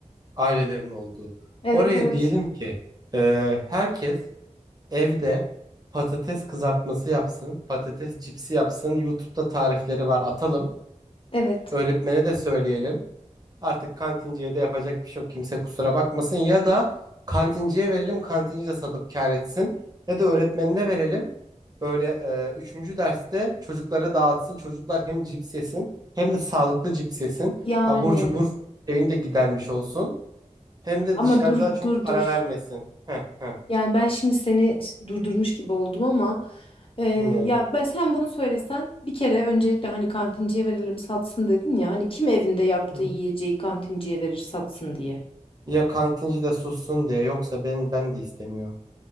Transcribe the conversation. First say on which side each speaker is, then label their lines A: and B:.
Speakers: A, on the right (about 30°); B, on the left (about 45°).
A: ailelerin olduğu.
B: Evet
A: Oraya
B: evet.
A: diyelim ki e, herkes evde patates kızartması yapsın, patates cipsi yapsın. YouTube'da tarifleri var, atalım.
B: Evet.
A: Öğretmene de söyleyelim. Artık kantinciye de yapacak bir şey yok. Kimse kusura bakmasın. Ya da kantinciye verelim. Kantinci de satıp kâr etsin. Ya da öğretmenine verelim. Böyle e, üçüncü derste çocuklara dağıtsın. Çocuklar hem cips yesin hem de sağlıklı cips yesin.
B: Yani
A: Abur cubur şeyini de gidermiş olsun. Hem de
B: ama
A: dışarıda
B: dur
A: çok
B: dur
A: para
B: dur.
A: vermesin. Heh, heh,
B: Yani ben şimdi seni işte durdurmuş gibi oldum ama e,
A: dinliyorum.
B: ya ben sen bunu söylesen bir kere öncelikle hani kantinciye verelim satsın dedin ya hani kim evinde yaptığı
A: Hı hı.
B: yiyeceği kantinciye verir satsın diye.
A: Ya kantinci de sussun diye yoksa ben ben de istemiyorum.